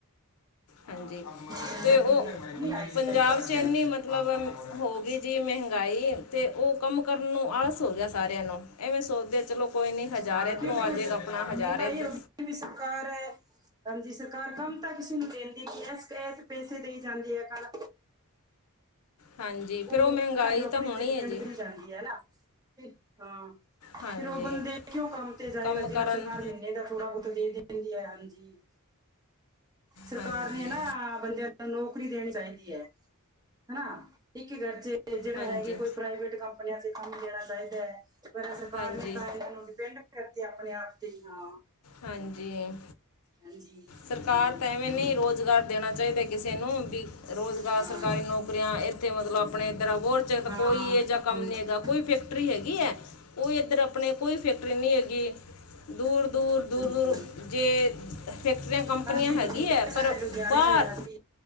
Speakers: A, on the left; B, on the right.
A: ਹਾਂਜੀ
B: ਪੈਸੇ
A: ਤੇ ਉਹ
B: ਭੇਜ ਨਹੀਂ ਆਏ
A: ਪੰਜਾਬ
B: ਸੀ ਕੱਲ ਪਰਸੋਂ
A: ਚ ਇਨੀ
B: ਹੀ
A: ਮਤਲਬ ਮਤਲਬ ਹੋ ਗਈ ਜੀ ਮਹਿੰਗਾਈ ਅਤੇ ਉਹ ਕੰਮ ਕਰਨ ਨੂੰ ਆਸ ਹੋ ਗਿਆ ਸਾਰਿਆਂ ਨੂੰ ਐਵੇਂ ਸੋਚਦੇ ਚਲੋ ਕੋਈ ਨਹੀਂ ਹਜ਼ਾਰ
B: ਹਾਂ
A: ਇੱਧਰੋਂ
B: ਕਿਉਂਕਿ
A: ਆਪਨਾ
B: ਫਿਰ
A: ਜਾਵੇਗਾ
B: ਸ-
A: ਆਪਣਾ ਹਜ਼ਾਰ
B: ਮੈਂ
A: ਇੱਧਰ
B: ਵੀ ਸਰਕਾਰ ਹੈ ਹਜੀ ਸਰਕਾਰ ਕਮ ਤਾਂ ਕਿਸੇ ਨੂੰ ਦੇਿੰਦੀ ਹੈ ਕਿ ਇਸ ਪੈਸੇ ਦੇਈ ਜਾਂਦੀ ਹੈ ਕੱਲ
A: ਹਾਂਜੀ ਫਿਰ
B: ਉਹ
A: ਮਹਿੰਗਾਈ
B: ਕਿ ਤੁੂੰ ਆਪਣੇ
A: ਤਾਂ ਹੋਣੀ
B: ਤੇ ਡਿਪਿੰਡ
A: ਹੈ ਜੀ
B: ਕਰੀ ਜਾਂਦੀ ਹੈਨਾ ਅ ਹਾਂ
A: ਹਾਂਜੀ
B: ਫਿਰ ਉਹ ਬੰਦੇ ਕਿਉਂ ਕੰਮ ਤੇ ਜਾਏਗਾ
A: ਕੰਮ
B: ਜਿਹਨੂੰ
A: ਕਰਨ
B: ਸਰਕਾਰ ਮਹੀਨੇ ਤਾਂ ਥੋੜਾ ਬਹੁਤਾ ਦੇ ਦਿੰਦੀ ਹੈ ਹਾਂਜੀ ਸਰਕਾਰ
A: ਹਾਂਜੀ
B: ਨੇ ਨਾ ਬੰਦਿਆਂ ਨੂੰ ਨੌਕਰੀ ਦੇਣੀ ਚਾਹੀਦੀ ਹੈ ਹਨਾ ਇੱਕ ਕਰਚ ਜਿਹੜਾ
A: ਹਾਂਜੀ
B: ਹੈਗੇ ਕੋਈ ਪ੍ਰਾਈਵੇਟ ਕੰਪਨੀਆਂ ਚ ਕੰਮ ਦੇਣਾ ਚਾਹੀਦਾ ਹੈ ਪਰ ਸਰਕਾਰ
A: ਹਾਂਜੀ
B: ਨੇ ਤਾਂ ਇਹਨਾਂ ਨੂੰ ਡਿਪੈਂਡ ਕਰਤੀ ਆਪਣੇ ਆਪ ਤੇ ਹਾਂ
A: ਹਾਂਜੀ
B: ਹਾਂਜੀ
A: ਸਰਕਾਰ
B: ਹਾਂਜੀ
A: ਤਾਂ ਐਵੇਂ ਨੀ ਰੁਜ਼ਗਾਰ ਦੇਣਾ ਚਾਹੀਦਾ ਕਿਸੇ ਨੂੰ ਵੀ ਰੁਜ਼ਗਾਰ
B: ਹਾਂ
A: ਸਰਕਾਰੀ ਨੌਕਰੀਆਂ ਇੱਥੇ ਮਤਲਬ ਆਪਣੇ ਇੱਧਰ ਹੋਰ ਜਕ
B: ਹਾਂ
A: ਕੋਈ ਇਹ ਜਾਂ ਕੰਮ
B: ਹਾਂਜੀ,
A: ਨੀ ਹੈਗਾ ਕੋਈ ਫੈਕਟਰੀ ਹੈਗੀ ਹੈ ਕੋਈ ਇੱਧਰ ਆਪਣੇ ਕੋਈ ਫੈਕਟਰੀ ਨਹੀਂ ਹੈਗੀ ਦੂਰ ਦੂਰ
B: ਹਾਂਜੀ
A: ਦੂਰ ਦੂਰ ਜੇ ਫੈਕਟਰੀਆਂ ਕੰਪਨੀਆਂ
B: ਹਾਂਜੀ
A: ਹੈਗੀ
B: ਬਠਿੰਡੇ
A: ਹੈ
B: ਸਾਈਡ
A: ਪਰ
B: ਲੁਧਿਆਣੇ
A: ਬਾਹਰ
B: ਸਾਈਡ ਹਾਂਜੀ